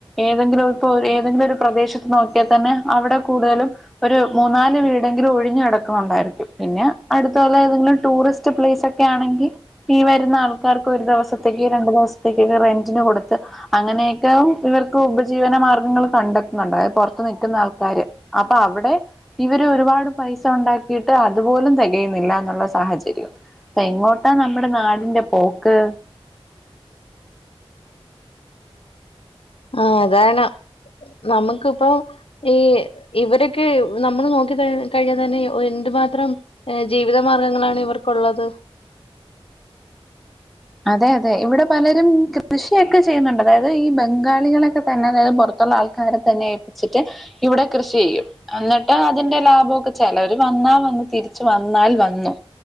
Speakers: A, in the centre; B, on the left.
A: ഏതെങ്കിലും ഇപ്പോ ഒര് ഏതെങ്കിലും ഒരു പ്രദേശത്ത് നോക്കിയാ തന്നെ അവിടെ കൂടുതലും ഒരു മൂന്നാല് വീടെങ്കിലും ഒഴിഞ്ഞ് കിടക്കുന്നുണ്ടായിരിക്കും. പിന്നെ അടുത്തുള്ള ഏതെങ്കിലും ടൂറിസ്റ്റ് പ്ലേസ ക്കെ ആണെങ്കി ഈ വരുന്ന ആൾക്കാർക്ക് ഒരു ദിവസത്തേക്ക് രണ്ടു ദിവസത്തേക്കൊക്കെ റെന്റിന് കൊടുത്ത് അങ്ങനെയൊക്കെ ഇവർക്ക് ഉപജീവന മാർഗങ്ങൾ കണ്ടെ ന്ന്ണ്ടായെ പൊറത്ത് നിക്കുന്ന ആൾക്കാര് അപ്പൊ അവിടെ ഇവര് ഒരുപാട് പൈസ ഉണ്ടാക്കിയിട്ട് അതുപോലും തികയുന്നില്ല എന്നുള്ള സാഹചര്യവാ പ്പ എങ്ങോട്ടാ നമ്മുടെ നാടിന്റെ പോക്ക്
B: ആഹ് അതാണ് നമുക്കിപ്പം ഈ ഇവരൊക്കെ നമ്മൾ നോക്കി കഴി കഴിഞ്ഞാ തന്നെ ഓഹ് എന്ത് മാത്രം ഏഹ് ജീവിത മാർഗ്ഗങ്ങളാണ് ഇവർക്കുള്ളത്
A: അതെ അതെ ഇവടെ പലരും കൃഷിയൊക്കെ ചെയ്യുന്നുണ്ട്. അതായത് ഈ ബംഗാളികളൊക്കെ തന്നെ അതായത് പൊറ ത്തുള്ള ആൾക്കാരെ തന്നെ ഏൽപ്പിച്ചിട്ട് ഇവടെ കൃഷി ചെയ്യും. അന്നിട്ട് അതിന്റെ ലാഭവൊക്കെ ചെലവര് വന്നാ വന്ന് തിരിച്ചു വന്നാൽ വന്നു.